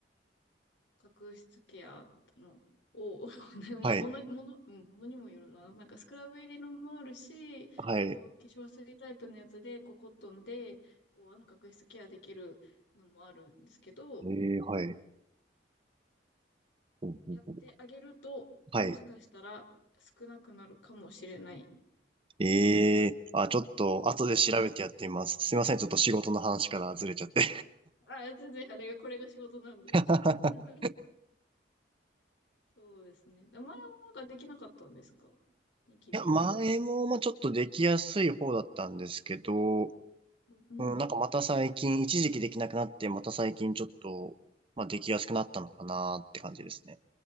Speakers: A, on the left (about 85°); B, on the right (about 30°).
A: 角質ケアのを、<laughs> ねまあ、
B: はい。
A: もの、もの、うん、ものにもよるな。なんかスクラブ入りのもあるし、
B: はい。
A: こう、化粧水タイプのやつで、こう、コットンで、こう、あの、角質ケアできるのもあるんですけど、
B: ええ、はい。うんうんうん
A: やってあげると、
B: はい。
A: もしかしたら少なくなるかもしれない
B: え
A: です。
B: え、あ、ちょっと、後で調べてやってみます。
A: うん
B: すいません、ちょっと仕事の話からずれちゃって。
A: あ、全然、あれ、これが仕事なんで。
B: <laughs>
A: <laughs> そうですね。前はなんかできなかったんですかニキビは。
B: いや、前も、まあ、ちょっとできやすい方だったんですけど、
A: うん。
B: うん、なんかまた最近、一時期できなくなって、また最近ちょっと、まあ、できやすくなったのかなって感じですね。
A: うん